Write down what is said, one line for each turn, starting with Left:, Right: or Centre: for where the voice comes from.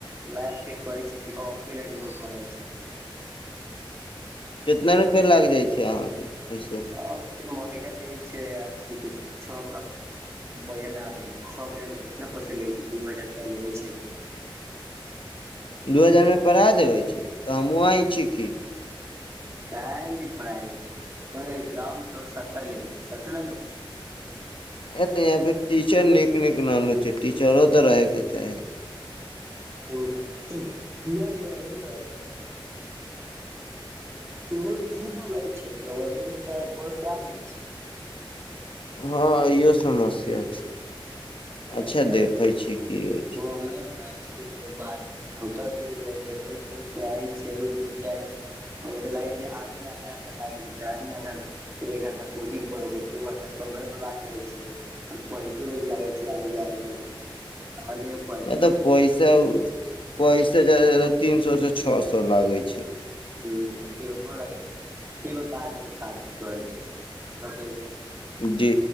Right: मैथके कहै छै कि ऑफलाइन करै छै।
Left: कतेक रुपैया लागि जाइ छै अहाँके एहिसँ?
Right: आओर मेहनत हो छै आ स्कूल छओ महीना नहि, छओ महिनामे कतेक पैसा लै छै? दू हजार रुपैया लै छै।
Left: दू हजारमे पढ़ा देबै छै तऽ हमहूँ आह छी की।
Right: कऽ नहि पढ़ाय जा छै, गाँवमे तऽ सस्ता लै छै, सस्ता ने लै छै।
Left: एतऽ टीचर नीक नीक नहियो छै, टीचरो तऽ रहऽके चाही।
Right: ओ तऽ लबै ने। दूर-दूर रहै छै तऽ रोज ओतना बस आ-जाइ छै।
Left: हँ, ई समस्या छै।
Right: आ
Left: अच्छा
Right: घरेमे रहै
Left: देखे
Right: छै।
Left: छी की होइ
Right: बगले मे कोनो बात नहि छै ओतऽ दूर रहै छै रोज दूर से आय छै रोज दूर से जाइ छै ओ तऽ लागै छै आबेमे आधा घंटा लागै छै जाय मेआधा घंटा फेर एक घंटा कोचिंग पढ़े छै दू घंटा समय बरबाद जाय छै आर पैसो रोज लगै छै ओजे <unintelligible>
Left: य तऽ पसा पसा जादा से जैदा तीन सए से छओ सए लागै छै
Right: ह फेर ओकरो लगै छै बाद मे बात करै छी रखै छी
Left: डी